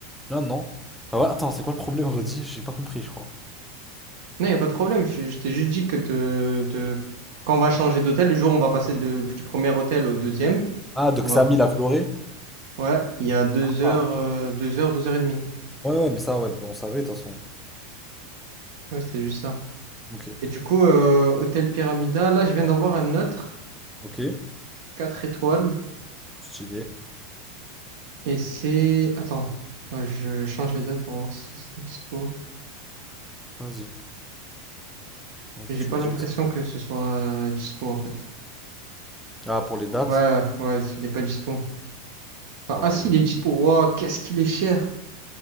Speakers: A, in the centre; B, on the right (about 60°).
A: Ah non. Bah voilà, attends, c'est quoi le problème, redit? J'ai pas compris, je crois.
B: Non, il n'y a pas de problème. Je, je t'ai juste dit que de, de... quand on va changer d'hôtel, le jour où on va passer de, du premier hôtel au deuxième,
A: Ah, de Xamil
B: on va... f-
A: à Vloré?
B: ouais, il y a deux heures,
A: Ah,
B: euh, deux heures, deux heures et demie.
A: ouais, ouais, mais ça, ouais, on savait, de toute façon.
B: Ouais, c'était juste ça.
A: Ok.
B: Et du coup, euh, hôtel Pyramida, là, je viens d'en voir un autre,
A: Ok,
B: quatre étoiles.
A: stylé.
B: Et c'est... Attends, Attends, je change les dates pour voir si c'est dispo.
A: Vas-y, vas-y,
B: J'ai
A: tu
B: pas
A: me dis
B: l'impression
A: aussi.
B: que ce soit euh, dispo, en fait.
A: Ah, pour les dates?
B: Ouais, ouais, il est pas dispo. Ah,
A: Bon,
B: ah,
A: ok,
B: si,
A: vas-y.
B: il est dispo. Wow, qu'est-ce qu'il est cher.